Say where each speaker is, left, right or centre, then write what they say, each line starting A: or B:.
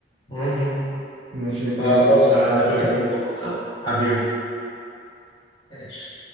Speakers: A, on the left (about 25°); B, on the right (about 75°).
A: م- م- م.
B: ماشي يا كبير
A: فخلاص
B: قاعدة
A: نتقابل كده
B: اكيد
A: ونظبط سوا حبيبي ماشي